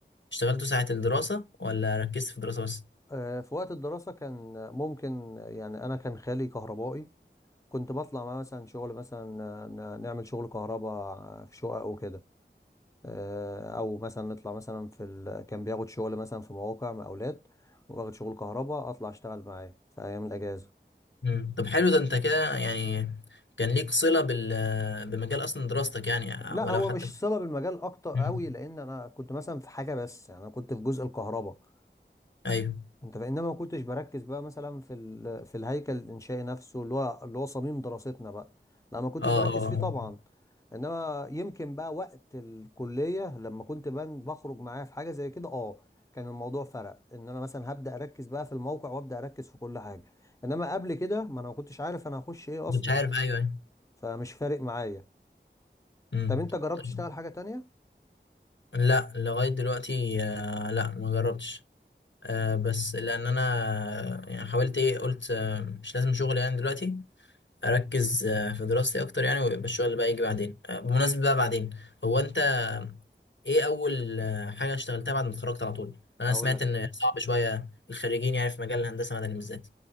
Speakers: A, on the left; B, on the left.
A: اشتغلته ساعه الدراسه ولا ركزت في الدراسه بس
B: اه في وقت الدراسة كان ممكن يعني انا كان خالي كهربائي كنت بطلع معاه مثلا شغل مثلا ن- نعمل شغل كهرباء في شقق وكده آه، او مثلا نطلع مثلا في ال... كان بياخد شغل مثلا في مواقع مقاولات واخد شغل كهرباء اطلع اشتغل معاه في ايام الاجازه
A: مم. طب حلو ده انت كده يعني كان ليك صله بال آه، بمجال اصلا دراستك يعني
B: لا
A: ولو
B: هو
A: حتى
B: مش صله بالمجال اكتر
A: مم.
B: قوي لان انا كنت مثلا في حاجه بس يعني انا كنت في جزء الكهرباء
A: ايوه
B: انت فانما ما كنتش بركز بقى مثلا في ال... في الهيكل الانشائي نفسه اللي هو اللي هو صميم دراستنا بقى لا ما كنتش
A: اه اه
B: بركز فيه
A: آه.
B: طبعا انما يمكن بقى وقت الكليه لما كنت بان بخرج معاه في حاجه زي كده اه كان الموضوع فرق ان انا مثلا هبدا اركز بقى في الموقع وابدا اركز في كل حاجه انما قبل كده ما انا ما كنتش عارف انا هخش ايه اصلا
A: مش عارف ايوه ايوه
B: فمش فارق معايا
A: مم.
B: طب انت جربت
A: طيب.
B: تشتغل حاجه تانية
A: لا لغاية دلوقتي آه، لا ما جربتش آه، بس لأن أنا آه، يعني حاولت إيه قلت آه، مش لازم شغل يعني دلوقتي أركز آه، في دراستي أكتر يعني ويبقى الشغل بقى يجي بعدين آه، بمناسبة بقى بعدين هو أنت إيه أول آه، حاجة اشتغلتها بعد ما اتخرجت على طول؟ أنا
B: اقول
A: سمعت
B: لك
A: إن صعب شوية الخريجين يعني في مجال الهندسة المدني بالذات